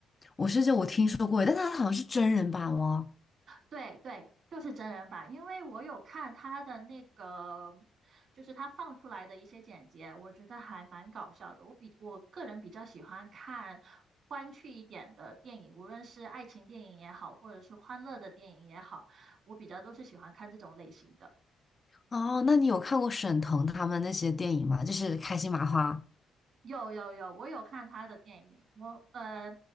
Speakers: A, on the left; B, on the right.
A: 我是就我听说过，但它好像是真人版哦。
B: 对对，就是真人版，因为我有看他的那个，就是他放出来的一些剪辑，我觉得还蛮搞笑的。我比我个人比较喜欢看欢趣一点的电影，无论是爱情电影也好，或者是欢乐的电影也好，我比较都是喜欢看这种类型的。
A: 哦，那你有看过沈腾他们那些电影吗？就是开心麻花。
B: 有有有，我有看他的电影，我呃，